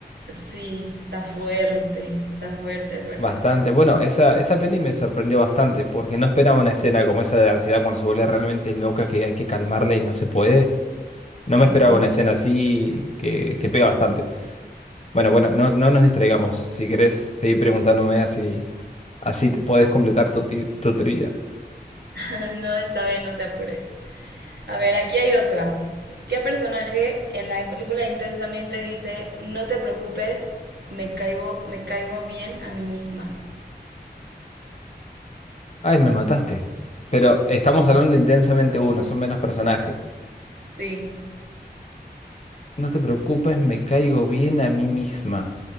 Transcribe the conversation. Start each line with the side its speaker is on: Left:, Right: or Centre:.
Right: Sí, está fuerte, está fuerte, fuerte,
Left: Bastante.
Right: fuerte.
Left: Bueno, esa, esa peli me sorprendió bastante porque no esperaba una escena como esa de ansiedad cuando se vuelve realmente loca que hay que calmarla y no se puede. No
Right: Ujú.
Left: me esperaba una escena así que, que pega bastante. Bueno, bueno, no, no nos distraigamos. Si querés seguir preguntándome así, así te- podés completar tu, ti- tu trivia.
Right: <laughs> No, está bien, no te apures. A ver, aquí hay otra. ¿Qué personaje en la película Intensamente dice, no te preocupes, me caigo, me caigo bien a mí misma?
Left: Ay, me mataste. Pero estamos hablando de intensamente uno, son menos personajes.
Right: Sí,
Left: No te preocupes, me caigo bien a mí misma.